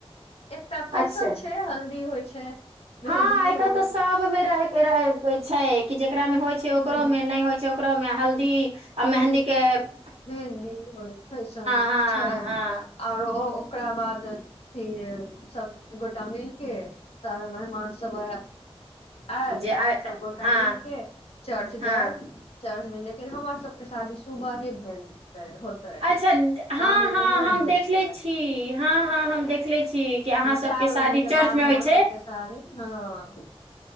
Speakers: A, on the left; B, on the right.
A: एकटा फैसन
B: अच्छा
A: छैक हल्दी होइत छैक छै <inaudible>
B: हँ
A: मेहदी
B: आइ
A: होल
B: कालि तऽ सबमे रहिकेँ इच्छाै कि जे <inaudible> जेकरा मे होय छैक ओकरो
A: हँ
B: मे नहि होइत छैक ओकरो मे हल्दी दी आ मेहन्दीकेँ
A: मेहन्दी ओ फैेशन
B: हँ
A: छै
B: हँ
A: आओरो ओकरा बाद फिर सभ गोटा मिलकेँ सारा मेहमान सभ आ आएत
B: जे
A: सभगोटा
B: हँ
A: मिल केँ चर्च
B: हँ
A: जाएब। चर्चमे लेकिन हमर सभकेँ शादी सुबहे भेल होतै,
B: अच्छा हँ
A: साँझ
B: हँ
A: मे नहि
B: हम
A: होइ
B: देखले
A: छै
B: छी हँ हँ हम देखले छी कि अहाँ सभकेँ
A: चार
B: शादी
A: बजे के
B: चर्चमे
A: बाद हमर
B: होइत छै
A: सबके शादी हँ